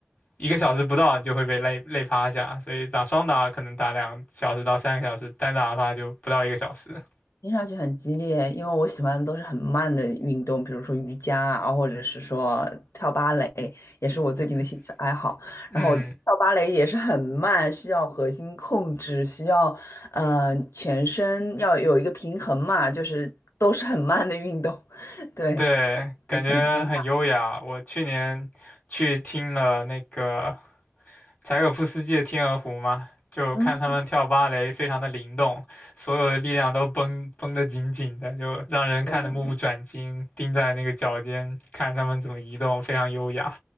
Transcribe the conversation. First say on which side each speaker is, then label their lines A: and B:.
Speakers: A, on the left; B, on the left.
A: 一个小时不到你就会被累累趴下，所以打双打可能打两小时到三个小时，单打的话就不到一个小时。
B: 听上去很激烈，因为我喜欢的都是很慢的运动，比如说瑜伽啊，或者是说跳芭蕾，也是我最近的兴趣爱好。
A: 嗯嗯，
B: 然后跳芭蕾也是很慢，需要核心控制，需要呃全身要有一个平衡嘛，就是都是很慢的运动，<laughs> 对，
A: 对，感觉很优雅。
B: 很不一样。
A: 我去年去听了那个柴可夫斯基的《天鹅湖》嘛，就看他们跳芭蕾，
B: 嗯，
A: 非常的灵动，所有的力量都绷绷得紧紧的，就让人看得目不转睛，
B: 对的，
A: 盯在那个脚尖看他们怎么移动，非常优雅。